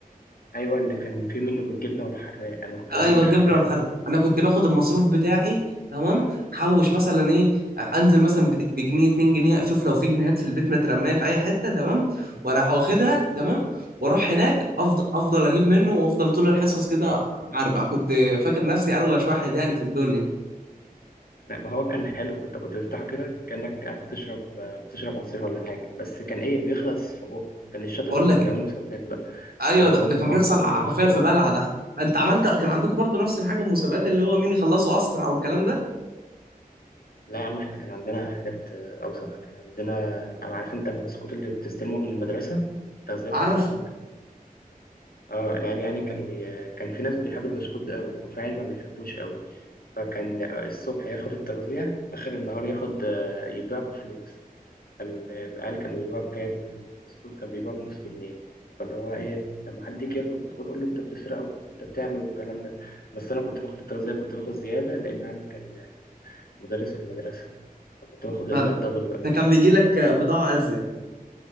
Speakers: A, on the left (about 75°); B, on the right (about 80°).
A: ايوه اللي كان فيه منه بالجبنه والحراق انا كنت
B: ايوه
A: بجيب الحراق
B: الجبنه والحر
A: بقى
B: انا كنت باخد المصروف بتاعي تمام حوش مثلا ايه انزل مثلا بد- بجنيه 2 جنيه اشوف لو في جنيهات في البيت مترميه في اي حته تمام واروح واخدها تمام واروح هناك افضل افضل اجيب منه وافضل طول الحصص كده اربع كنت فاكر نفسي اروش واحد يعني في الدنيا
A: لا ما هو كان حلو كنت كنت بفتحه كده كانك قاعد بتشرب آه، بتشرب عصير ولا حاجه بس كان ايه بيخلص في بقه كان الشاطر
B: اقول
A: بقى كانوا
B: لك
A: بيعملوا مسابقات بقى
B: ايوه
A: ت- تقوم
B: ده, ده كان
A: واخده
B: بيحصل
A: كله
B: حرفيا
A: في بقه
B: في
A: واحد
B: بلعه ده انت عملت كان عندكم برضو نفس الحاجه المسابقات اللي هو مين يخلصه اسرع والكلام ده
A: لا يا عم احنا كان عندنا حاجات آه، اوسخ كان عندنا عارف انت البسكوت اللي بتستلمه من المدرسه التغذيه
B: عارفه
A: بتاعتك اه العيال يعني كانوا بي... كان في ناس بيحب البسكوت ده قوي وفي عيال ما بيحبوش قوي فكان آه، الصبح ياخد التغذية آخر النهار ياخد آه، يبيع بفلوس فالعيال كانوا بيبيعوا بكام البسكوت كان بيبيعوا بنص جنيه فاللي هو ايه لما حد يجي ياخد البسكوت اقول له انت بتسرقه انت بتعمل والكلام ده بس انا كنت باخد التغذية كنت باخد زيادة لأن عمي كان مدرس في المدرسة فكنت باخد
B: فانت
A: الدبل بقى
B: كان بيجي لك بضاعه ازيد